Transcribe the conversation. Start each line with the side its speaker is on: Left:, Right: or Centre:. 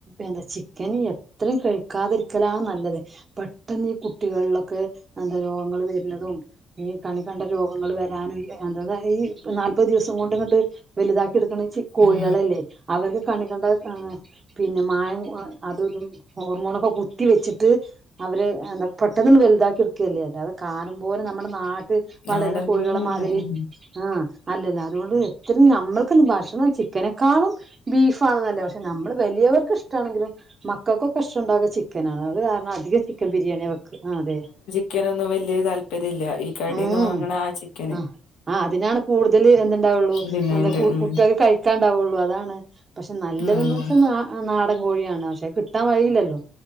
Right: എന്താ ചിക്കന് എത്രയും കഴിക്കാതിരിക്കലാ നല്ലത് പെട്ടെന്ന് ഈ കുട്ടികളിലൊക്കെ എന്താ രോഗങ്ങൾ വര്ണതും ഈ കണ്ണി കണ്ട രോഗങ്ങള് വരാനും എന്ത ഈ നാല്പത് ദിവസം കൊണ്ട് ഇങ്ങട്ട് വലുതാക്കി എടുക്കണ കോഴികളല്ലേ
Left: ഉം
Right: അവർക്ക് കണ്ണി കണ്ട പിന്നെ മായം അതും ഇതും ഹോർമോണൊക്കെ കുത്തി വെച്ചിട്ട് അവരെ എന്താ പെട്ടെന്ന്ട് വലുതാക്കി ഇട്ക്കല്ലേ അല്ലാതെ കാലം പോലെ നമ്മുടെ നാ ട്ടി വളരുന്ന
Left: നാടൻ
Right: കോഴികളെ
Left: കോഴികളല്ല
Right: മാതിരി
Left: ഉം
Right: ആഹ് അല്ലല്ലോ അതുകൊണ്ട് എത്രയും നമ്മക്ക് എന്ത് ഭക്ഷണം ചിക്കനെക്കാളും ബീഫ്‌ ആണ് നല്ലത് പക്ഷെ നമ്മള് വലിയവർക്ക് ഇഷ്ടാണെങ്കിലും മക്കക്കൊക്കെ ഇഷ്ടുണ്ടാക ചിക്കനാണ് അത് കാരണം അധികം ചിക്കൻ ബിരിയാണിയ വെക്ക് ആഹ് അതെ
Left: ചിക്കൻ ഒന്നും വല്യേ താല്പര്യ ഇല്ല ഈ കടെന്ന്
Right: ഉം
Left: വാങ്ങണ ആ ചിക്കൻ
Right: ആഹ് ആഹ് അതിനാണ് കൂടുതൽ എന്തുണ്ടാവുള്ളൂ
Left: ഡിമാൻഡ്
Right: എന്താ
Left: ഉം
Right: കുട്ടികൾക്ക് കഴിക്കാണ്ടാവുള്ളൂ അതാണ് പക്ഷെ നല്ലതെന്ന്
Left: ആഹ്
Right: വെച്ചാൽ ന ആ നാടൻ കോഴിയാണ് പക്ഷെ കിട്ടാൻ വഴിയില്ലല്ലോ